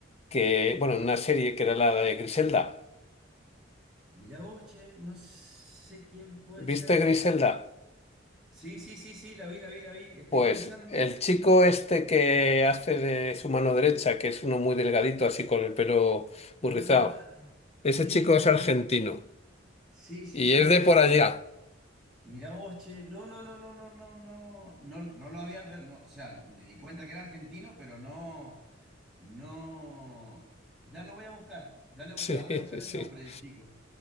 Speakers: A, on the left; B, in the centre.
A: que, bueno, en una serie que era la de Griselda.
B: Mirá vos, che, no sé quién puede
A: ¿Viste
B: ser.
A: Griselda?
B: Sí, sí, sí, sí, la vi, la vi, la vi. Estoy
A: Pues
B: pensando.
A: el chico este que hace de su mano derecha, que es uno muy delgadito, así con el pelo muy
B: Ah,
A: rizado, ese
B: sí,
A: chico
B: ya
A: es
B: sé.
A: argentino
B: Sí, sí,
A: y
B: sí,
A: es de
B: ya sé.
A: por allá.
B: Mirá vos, che. No, no, no, no, no, no, no. No, no lo había adver- no, o sea, me di cuenta que era argentino, pero no. No, ya lo voy a buscar, ya, le, voy-
A: Sí,
B: ya voy a buscar el
A: <laughs> sí,
B: nombre del chico.